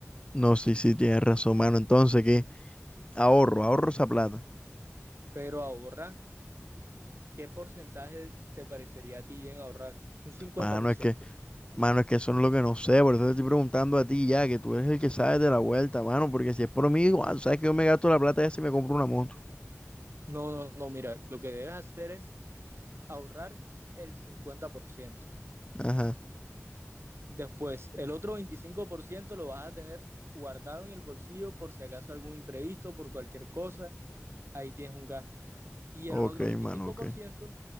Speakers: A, on the left; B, on the right.
A: No, sí, sí, tienes razón, mano. Entonces, ¿qué? Ahorro, ahorro esa plata.
B: pero ahorra, ¿qué porcentaje te parecería a ti bien ahorrar? Un cincuenta
A: Mano,
B: por
A: es
B: ciento.
A: que, mano, es que eso no es lo que no sé, por eso te estoy preguntando a ti ya, que tú eres el que sabes de la vuelta, mano, porque si es por mí, igual, sabes que yo me gasto la plata esa y me compro una moto.
B: No, no, no, mira, lo que debes hacer es ahorrar el cincuenta por ciento
A: Ajá,
B: Después, el otro 25% lo vas a tener guardado en el bolsillo por si acaso algún imprevisto, por cualquier cosa, ahí tienes un gasto. Y
A: ok,
B: el otro veinticinco
A: mano, ok.
B: por ciento